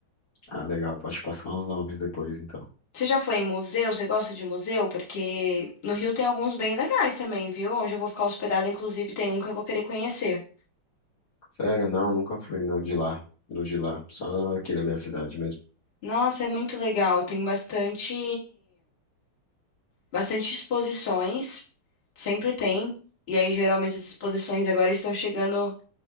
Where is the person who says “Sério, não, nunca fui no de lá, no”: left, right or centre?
Left